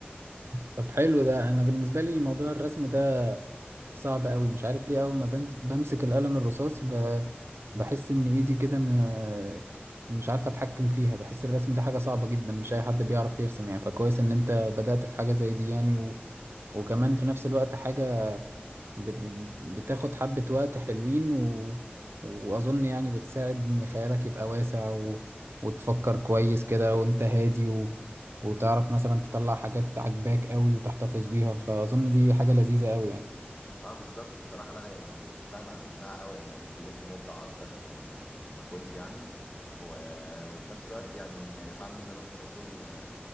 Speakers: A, on the right; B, on the left.
A: طب حلو ده انا بالنسبه لي موضوع الرسم ده صعب قوي مش عارف ليه اول ما بنز- بمسك القلم الرصاص ب... بحس ان ايدي كده م... مش عارف اتحكم فيها بحس الرسم ده حاجه صعبه جدا مش اي حد بيعرف يرسم يعني فكويس ان انت بدأت في حاجه زي دي يعني و... وكمان في نفس الوقت حاجه ب- ب- بتاخد حبة وقت حلوين و... وأظن يعني بتساعد إن خيالك يبقى واسع و... وتفكر كويس كده وأنت هادي و... وتعرف مثلا تطلع حاجات عجباك قوي وتحتفظ بيها فأظن دي حاجة لذيذة قوي يعني
B: اه بالظبط الصراحه لا هي ب- بتساعد على الابداع قوي يعني خلتني مبدع اكتر من من ما كنت يعني هو وفي نفس الوقت يعني هي فعلا زي ما انت بتقول آه،